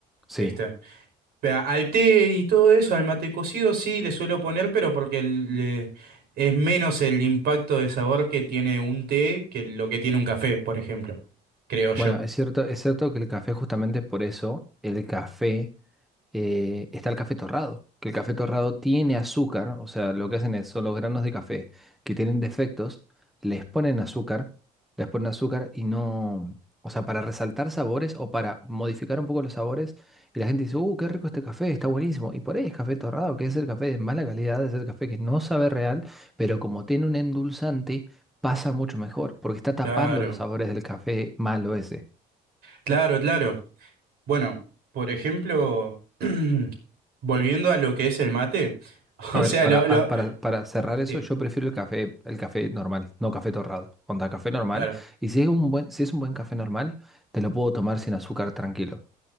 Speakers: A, in the centre; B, on the right.
A: sí.
B: ¿viste? Vea, Al té y todo eso, al mate cocido, sí le suelo poner, pero porque le- es menos el impacto de sabor que tiene un té que lo que tiene un café, por ejemplo, creo yo.
A: Bueno, es cierto, es cierto que el café, justamente por eso, el café. eh, está el café torrado, que el café torrado tiene azúcar, o sea, lo que hacen es, son los granos de café que tienen defectos, les ponen azúcar, les ponen azúcar y no, o sea, para resaltar sabores o para modificar un poco los sabores, y la gente dice, uh, qué rico este café, está buenísimo, y por ahí es café torrado, que es el café de mala calidad, es el café que no sabe real, pero como tiene un endulzante, pasa mucho mejor, porque está tapando
B: Claro,
A: los sabores del café malo ese.
B: claro, claro. Bueno, por ejemplo, <clears throat> volviendo a lo que es el mate, <laughs> o
A: A ver,
B: sea,
A: para,
B: lo,
A: a-
B: lo...
A: para, para cerrar eso,
B: Sí,
A: yo prefiero el café, el café normal, no café torrado. Onda, café normal.
B: claro.
A: Y si es un buen, si es un buen café normal, te lo puedo tomar sin azúcar tranquilo.